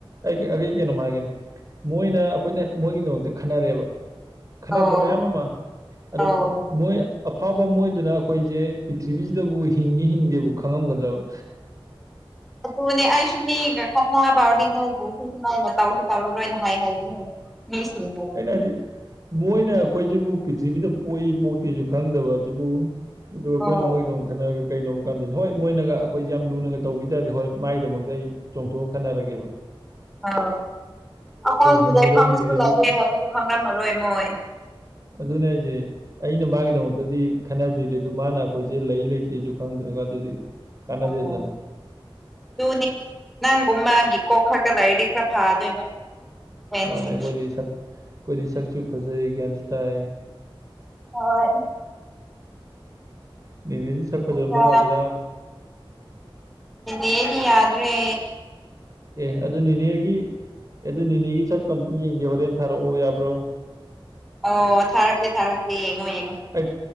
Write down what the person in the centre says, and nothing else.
ꯑꯧ
ꯑꯧ
<inaudible> ꯑꯗꯨꯅꯦ ꯑꯩꯁꯨ ꯃꯤꯒ ꯈꯠ ꯐꯎꯔꯗꯤ ꯅꯣꯏꯕꯨ ꯁꯨ ꯁꯨꯃꯥꯏꯅ ꯇꯧꯁꯨ ꯇꯧꯔꯔꯣꯏꯅ ꯍꯥꯏ ꯍꯥꯏꯕꯅꯦ <unintelligible>
ꯑꯣ
ꯑ ꯑꯩꯈꯣꯏꯁꯤ
ꯂꯩꯐꯝꯁꯨ
ꯂꯩꯑꯦ ꯍꯥꯏꯕꯁꯨ ꯈꯪꯂꯝꯝꯃꯔꯣꯏ ꯃꯣꯏ
ꯑꯣ ꯑꯗꯨꯅꯤ ꯅꯪꯒꯨꯝ ꯃꯥꯒꯤ ꯀꯣꯛ ꯈꯔ ꯂꯩꯥꯏꯔꯗꯤ ꯈꯔ ꯐꯥꯗꯣꯏꯕ ꯐꯦꯟꯁꯤꯡꯁꯦ
<unintelligible>
ꯑꯗꯨꯒ
ꯐꯖꯗꯦ ꯑꯩꯗꯤ ꯌꯥꯗꯔꯦ
ꯑꯣ ꯊꯥꯔꯛꯀꯦ ꯊꯥꯔꯛꯀꯦ ꯌꯦꯡꯉꯣ ꯌꯦꯡꯉꯣ